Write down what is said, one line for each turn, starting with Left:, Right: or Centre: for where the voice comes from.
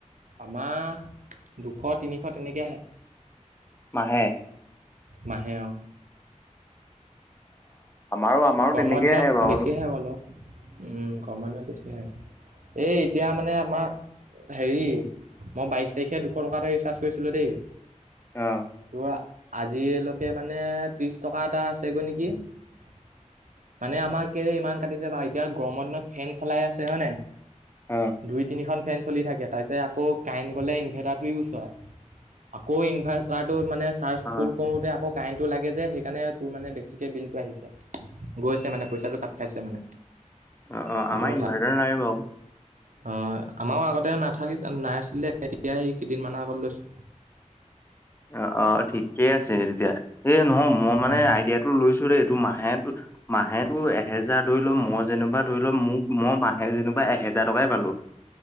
Right: আমাৰ দুশ তিনিশ তেনেকৈ আহে।
Left: মাহে
Right: মাহে অ।
Left: আমাৰো আমাৰো
Right: গৰমৰ
Left: তেনেকেই
Right: দিনত
Left: আহে বাৰু।
Right: বেছি আহে অলপ উম গৰমৰ দিনত বেছি আহে, এই এতিয়া মানে আমাৰ হেৰি, মই বাইছ তাৰিখে দুশ টকা এটা ৰিচাৰ্জ কৰিছিলোঁ দেই।
Left: অ',
Right: তোৰ আজিলৈকে মানে ত্ৰিশ টকা এটা আছেগৈ নেকি? কি মানে আমাকে ইমান কাটিছে নহয়, এতিয়া গৰমৰ দিনত ফেন চলাই আছে হয় নাই।
Left: অ'।
Right: দুই তিনিখন ফেন চলি থাকে, তাতে আকৌ কাৰেট গলে ইনভাৰ্টাৰ। হয় আকৌ ইনভাৰ্টাৰটো মানে চাৰ্জ
Left: অ',
Right: ফুল কৰোতে আকৌ কাৰেণ্টটো লাগে যে, সেইকাৰণে তোৰ মানে বেছিকৈ বিলটো আহিছে। গৈছে মানে পইচাটো কাট খাইছে মানে।
Left: অ অ
Right: সেইটো
Left: আমাৰ
Right: কথা
Left: ইনভাৰ্টাৰ নাই বাৰু।
Right: অ আমাৰো আগতে নাথাকিছে নাইছিলে এতিয়াই কেইদিনমানানৰ আগত লৈছো।
Left: অ অ ঠিকে আছে তেতিয়া, এই নহয় মই মানে
Right: উম
Left: আইডিয়া টো লৈছো ৰে ত মাহে মাহেো এহেজাৰ ধৰি লও মই যেনিবা ধৰি লও মোক মই মাহে যেনিবা এহে হেজাৰ টকাই পালো।